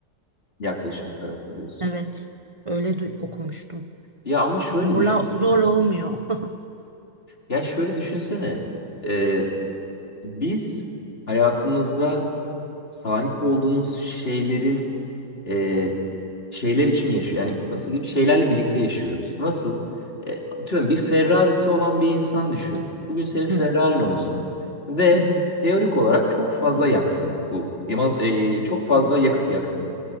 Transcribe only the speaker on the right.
Evet öyle du- okumuştum.
Zorla,
zorla olmuyor. <laughs>
Hı hı,
hı hı.